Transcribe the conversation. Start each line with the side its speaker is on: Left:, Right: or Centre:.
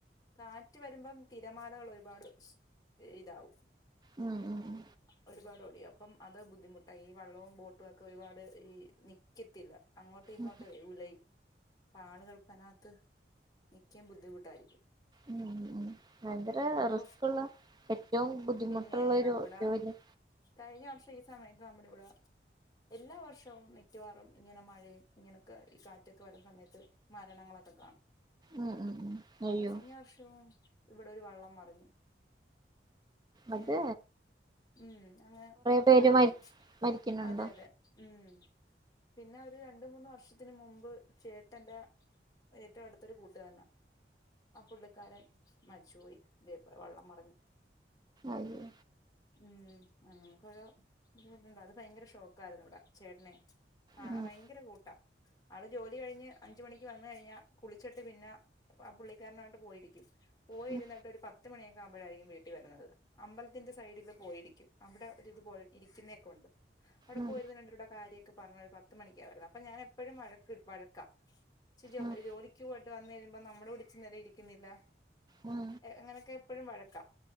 Left: കാറ്റ് വരുമ്പം തിരമാലകൾ ഒരുപാട് ഇതാവും
Right: ഉം ഉം ഉ
Left: ഒരുപാട് ഓടി അപ്പം അത് ബുദ്ധിമുട്ടാ ഈ വള്ളവും ബോട്ടും ഒക്കെ ഒരുപാട് ഈ നിൽക്കത്തില്ല അങ്ങോട്ട് കുട്ടി ഇങ്ങോട്ട്ലൽ
Right: ഉം
Left: അപ്പൊ ആളുകൾക്കനകത്ത് നിക്കാൻ ബുദ്ധിമുട്ടായിരിക്കും
Right: ഉം ഭയങ്കര
Left: നമ്മുടെ
Right: റിസ്ക് ഉള്ള ഏറ്റവും ബുദ്ധിമുട്ടുള്ള
Left: പിന്നെ
Right: ഒരു
Left: നമ്മുടെ
Right: ജോലിയ
Left: കഴിഞ്ഞ വർഷം ഈ സമയത്ത് നമ്മുടെ ഇവിടെ എല്ലാ വർഷവും മിക്കവാറും ഇങ്ങനെ മഴയും ഇങ്ങനെക്കെ ഈ കാറ്റൊക്കെ വരുന്ന സമയത്ത് മരണങ്ങളൊക്കെ കാണും
Right: ഉം ഉം ഉം അയ്യോ
Left: കഴിഞ്ഞ വർഷവും ഇവിടെ ഒരു വള്ളം മറിഞ്ഞ്
Right: അത്
Left: ഏ ഉം അങ്ങനെ
Right: പേര്
Left: കൊറേ വരും
Right: മരി മരിക്കുന്നുണ്ടോ
Left: അതെ അതെ ഉം പിന്നെ ഒരു രണ്ട് മൂന്ന് വർഷത്തിന് മുമ്പ് ചേട്ടന്റെ ഏറ്റവും അടുത്തൊരു കൂട്ടുകാരനാ ആ പുള്ളിക്കാരൻ മരിച്ചുപോയി ഇതുപോലെ പോലെ വള്ളം മറിഞ്ഞു
Right: അയ്യോ
Left: ഉം അങ്ങനെയൊക്കെ ഓരോ ബുദ്ധിമുട്ടുണ്ട് അത് ഭയങ്കര ഷോക്കാ യിരുന്നു ഇവിടെ ചേട്ടനേ ആ
Right: ഉം
Left: ഭയങ്കര കൂട്ടാ ആള് ജോലി കഴിഞ്ഞ് അഞ്ച് മണിക്ക് വന്ന് കഴിഞ്ഞാ കുളിച്ചിട്ട് പിന്നെ ആ പുള്ളിക്കാരനുമായിട്ട് പോയിരിക്കും പോയിരുന്നിട്ട്
Right: ഉം
Left: ഒരു പത്തു മണിയൊക്കെ ആകുമ്പോഴായിരിക്കും വീട്ടിൽ വരുന്നത്. അമ്പലത്തിന്റെ സൈഡില് പോയിരിക്കും അവിടെ ഒരി ഇതുപലെ ഇരിക്കുന്നൊ ക്കെ ഉണ്ട് അവിടെ
Right: ഉം
Left: പോയിരുന്നു രണ്ട് കൂടെ കാര്യമൊക്കെ പറഞ്ഞ് ഒരു പത്ത് മണി ക്കുവാ. അപ്പൊ ഞാൻ എപ്പോഴും വഴക്ക് വഴക്കാ ച്ച്
Right: ഉം
Left: ജോലിക്ക് പോയി ര് വന്ന് കഴിയുമ്പോ നമ്മടെ കൂടെ ഇച്ചിരി നേരം ഇരിക്കുന്നില്ല
Right: ഉം
Left: എങ്ങനെയൊക്കെ എപ്പോഴും വഴക്കാ